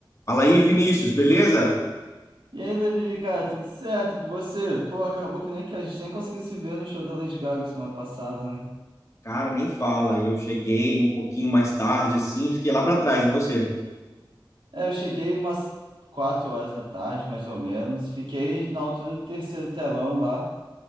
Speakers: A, on the left; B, on the right.
A: Fala aí, Vinícius, beleza?
B: E aí, Levi, cara, tudo certo com você? Pô, acabou que nem que a gente nem conseguiu se ver no show da Lady Gaga semana passada, né?
A: Cara, nem fala. Eu cheguei um pouquinho mais tarde, assim, fiquei lá para trás. E Você?
B: É, eu cheguei umas quatro horas da tarde, mais ou menos. Fiquei na altura do terceiro telão lá.